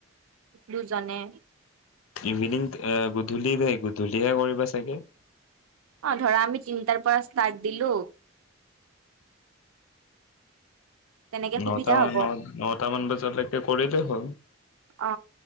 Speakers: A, on the right; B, on the left.
A: দুজনে
B: ইভিনিং গধূলি গধূলহে কৰিবা চাগে
A: অ ধৰা আমি তিনিটাৰ পৰা ষ্টাৰ্ট দিলো তেনেকে
B: নটা
A: সুবিধা
B: মান
A: হ'ব
B: ন নটামান বজালৈকে কৰিলেই হ'ল <inaudible>
A: অ